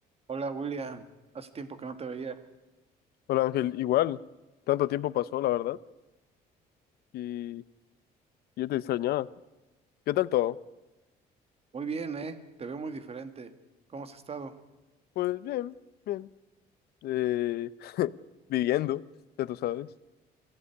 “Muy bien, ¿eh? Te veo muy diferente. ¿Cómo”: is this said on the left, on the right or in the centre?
Right